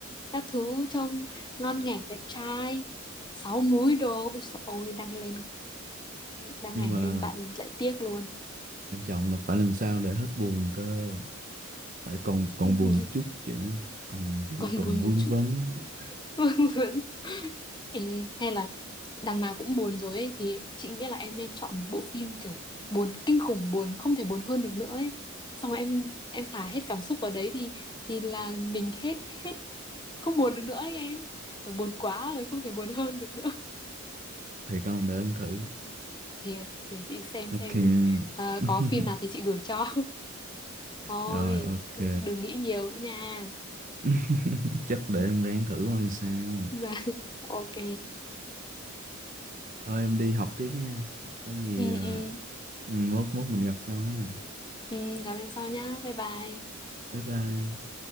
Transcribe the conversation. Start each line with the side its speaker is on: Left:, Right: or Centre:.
Left: các thứ trông ngon nghẻ đẹp trai sáu múi đồ ôi dồi ôi đăng lên đăng
Right: nhưng
Left: ảnh
Right: mà
Left: lên bạn lại tiếc luôn
Right: quan trọng là phải làm sao để hết buồn cơ tại còn còn
Left: hết
Right: buồn
Left: buồn
Right: một chút vậy á. còn cứ
Left: còn
Right: còn
Left: buồn
Right: vương
Left: một chút
Right: vấn á.
Left: <laughs> buồn Ê, hay là đằng nào cũng buồn rồi ấy thì chị nghĩ là em nên chọn một bộ phim kiểu buồn kinh khủng buồn không thể buồn hơn được nữa ấy xong rồi em em thả hết cảm xúc vào đấy thì thì là mình hết hết không buồn được nữa ấy em Rồi buồn quá rồi không thể buồn hơn được nữa
Right: thì con để em thử
Left: thì để chị xem xem
Right: ok
Left: ờ,
Right: <laughs>
Left: có phim nào thì chị gửi cho <laughs> thôi
Right: rồi ok
Left: cứ đừng nghĩ nhiều nữa nha
Right: <laughs> chắc để em ráng thử thôi sao
Left: <laughs> Dạ, ok
Right: thôi em đi học tiếp nha có gì
Left: ừ
Right: ờ,
Left: ừ
Right: ừ, mốt mốt mình gặp sau ha
Left: ừ gặp em sau nhá bye bye
Right: bye bye